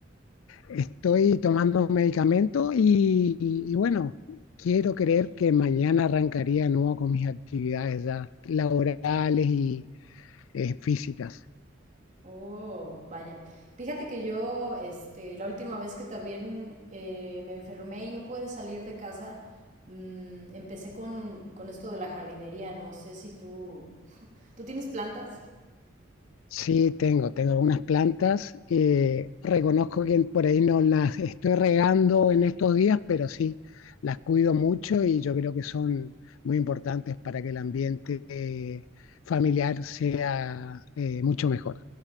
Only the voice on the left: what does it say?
estoy tomando un medicamento y, y bueno, quiero creer que mañana arrancaría de nuevo con mis actividades ya laborales y eh, físicas.
Sí, tengo, tengo algunas plantas. eh, reconozco que por ahí no las estoy regando en estos días, pero sí, las cuido mucho y yo creo que son muy importantes para que el ambiente eh, familiar sea eh, mucho mejor.